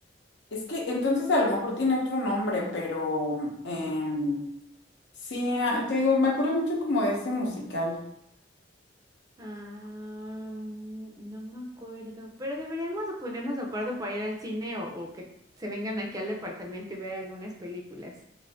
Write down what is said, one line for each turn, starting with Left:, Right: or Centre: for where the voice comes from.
Left: Es que entonces a lo mejor tiene otro nombre, pero em, sí, ah, te digo, me acuerdo mucho como de ese musical.
Right: Ah, no me acuerdo, pero deberíamos de ponernos de acuerdo para ir al cine o, o que se vengan aquí al departamento y ver algunas películas.